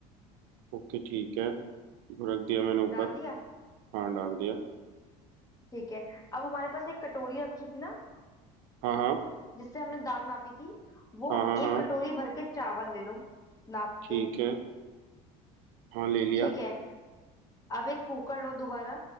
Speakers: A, on the right; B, on the left.
A: ओके ठीक है रख दिया मैंने ऊपर
B: डाल दिया
A: हाँ डाल दिया
B: ठीक है अब हमारे पास एक कटोरी रखी थी ना
A: हाँ हाँ
B: जिससे हमने दाल नापी थी वो
A: हाँ हाँ
B: एक
A: हाँ
B: कटोरी भर के चावल ले लो नाप
A: ठीक
B: के
A: है हाँ ले लिया
B: ठीक है अब एक कुकर लो दोबारा